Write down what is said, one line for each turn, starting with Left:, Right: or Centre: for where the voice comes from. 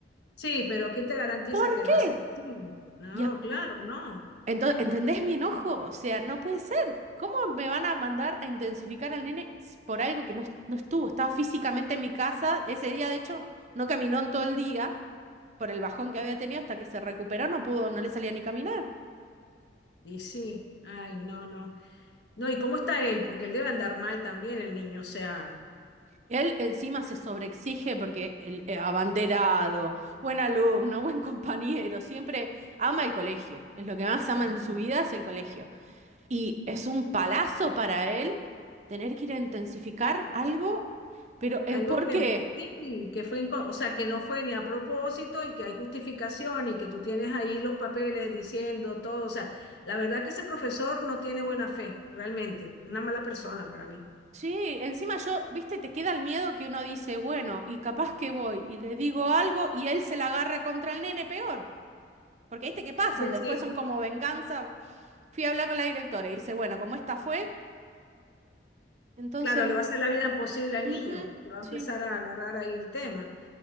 Left: Sí, pero ¿quién te garantiza
Right: ¿Por
Left: que
Right: qué?
Left: va a ser así? No,
Right: Y a-
Left: claro, no.
Right: ento- ¿entendés mi enojo? O sea, no puede ser. ¿Cómo me van a mandar a intensificar al nene s- por algo que no, est- no estuvo? Estaba físicamente en mi casa. Ese día, de hecho, no caminó en todo el día por el bajón que había tenido hasta que se recuperó. No pudo, no le salía ni caminar.
Left: Y sí, ay, no, no. No, ¿y cómo está él? Porque él debe andar mal también, el niño, o sea,
Right: Él encima se sobreexige porque el eh, abanderado, buen alumno, buen <laughs> compañero, siempre ama el colegio. Es lo que más ama
Left: claro.
Right: en su vida es el colegio. Y es un palazo para él tener que ir a intensificar algo, pero ¿en
Left: Algo
Right: por
Left: que
Right: qué?
Left: sí, que fue, inco- o sea, que no fue ni a propósito y que hay justificación y que tú tienes ahí los papeles diciendo todo, o sea, la verdad que ese profesor no tiene buena fe, realmente, una mala persona para mí.
Right: Sí, encima yo, viste, te queda el miedo que uno dice, bueno, y capaz que voy y le digo algo y él se la agarra contra el nene peor. Porque viste que pasan,
Left: Es que
Right: después
Left: sí,
Right: son como venganza. Fui a hablar con la directora y dice, bueno, como esta fue, entonces,
Left: claro, le va a hacer la vida imposible al
Right: ujú,
Left: niño, le va a
Right: sí,
Left: empezar a agarrar ahí el tema.